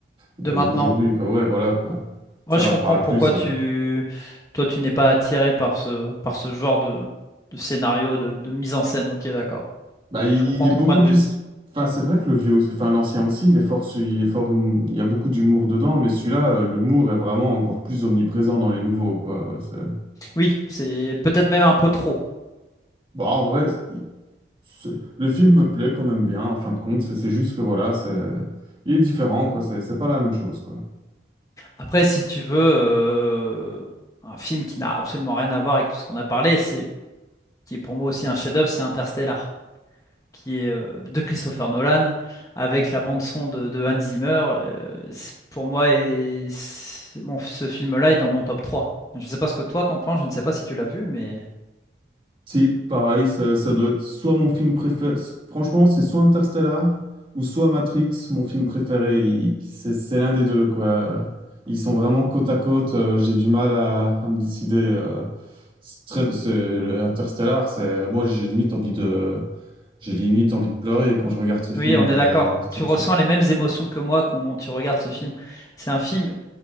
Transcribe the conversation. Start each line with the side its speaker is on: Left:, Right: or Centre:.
Right: de-
Left: De maintenant.
Right: d'aujourd'hui, quoi. Ouais, voilà, quoi.
Left: Moi,
Right: Ça
Left: je
Right: leur
Left: comprends
Right: parle
Left: pourquoi
Right: plus.
Left: tu...
Right: euh.
Left: Toi, tu n'es pas attiré par ce, par ce genre de, de scénario, de, de mise en scène. Ok, d'accord.
Right: Bah, il
Left: Je comprends
Right: il est
Left: ton
Right: beaucoup
Left: point de
Right: plus.
Left: vue.
Right: Enfin, c'est vrai que le vieux, enfin l'ancien aussi, il est fort, su- il est fort, hum- il y a beaucoup d'humour dedans, mais celui-là, euh, l'humour est vraiment encore plus omniprésent dans les nouveaux, quoi. C'est-
Left: Oui, c'est peut-être même un peu trop.
Right: Bah, en vrai, il- c'est- le film me plaît quand même bien. En fin de compte, c'est c'est juste que voilà, c'est, il est différent, quoi. C'est c'est pas la même chose, quoi.
Left: Après, si tu veux, euh, un film qui n'a absolument rien à voir avec ce qu'on a parlé, c'est qui est pour moi aussi un chef-d'œuvre, c'est Interstellar, qui est euh, de Christopher Nolan avec la bande son de, de Hans Zimmer. euh, c'est- pour moi, et, c'est- bon, ce film-là est dans mon top 3. Je ne sais pas ce que toi t'en penses, je ne sais pas si tu l'as vu, mais
Right: Si, pareil, ça, ça doit être soit mon film préféré. Franchement, c'est soit Interstellar ou soit Matrix, mon film préféré. Il- C'est c'est l'un des deux, quoi. Ils sont vraiment côte à côte. euh, J'ai du mal à, à me décider. euh. C'est très, c'est- Interstellar, c'est moi, j'ai limite envie de, j'ai limite envie de pleurer quand je regarde ce film.
Left: oui, on est
Right: euh,
Left: d'accord.
Right: c'est
Left: Tu ressens
Right: tout,
Left: les mêmes émotions que moi quand tu regardes ce film. C'est un film